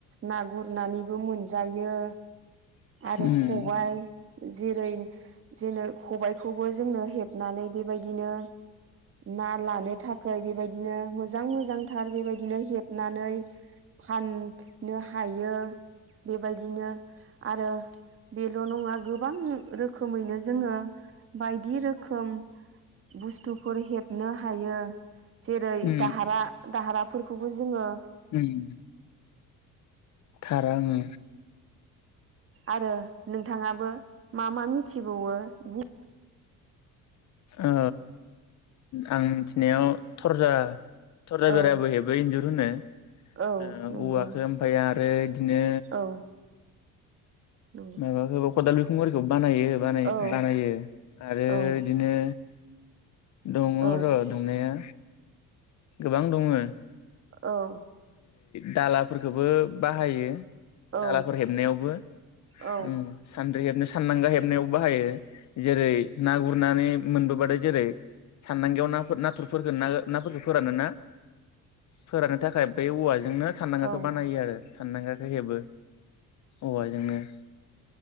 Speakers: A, on the right (about 40°); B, on the left (about 55°).
A: ना गुरनानैबो मोनजायो। आरो
B: उम
A: खबाय जेरै जेनो खबाइखौबो जोंनो हेबनानै बेबायदिनो ना लानो थाखाय बे बेबायदिनो मोजां मोजांथार बेबायदिनो हेबनानै फाननो हायो बेबायदिनो आरो बेल' नङा गोबां रोखोमैनो जोङो बायदि रोखोम बुस्थुफोर हेबनो हायो। जेरै
B: उम
A: दाहारा-दाहारा फोरखौबो जोङो
B: उम थार आङो।
A: आरो नोंथाङाबो मा-मा मिथिबावो बुं
B: ओ आं मिथिनायाव थरजा-थरजा
A: औ
B: बेराबो हेबो इन्जुर <unintelligible> ओ औवाखौ
A: औ नंगौ
B: ओमफ्राय आरो बिदिनो
A: औ नंगौ
B: माबाखौ खदाल बिखुंआरिखौ बानायो बानाय-बानायो
A: औ
B: आरो
A: औ
B: बिदिनो दङ'
A: औ
B: र' दंनाया। गोबां दङो।
A: औ
B: दालाफोरखौबो बाहायो।
A: औ
B: दालाफोर हेबनायावबो
A: औ
B: उ सान्द्रि हेबनो सानदांगा हेबनायावबो बाहायो जेरै ना गुरनानै मोनबो बादाय जेरै साननांगायाव नाफोर नाथुरफोरखौ ना नाफोरखौ फोरानो ना फोराननो थाखाय। बे औवा जोंनो सानदांगाखौ
A: औ
B: बानायो आरो। सानदांगाखो हेबो। औवाजोंनो।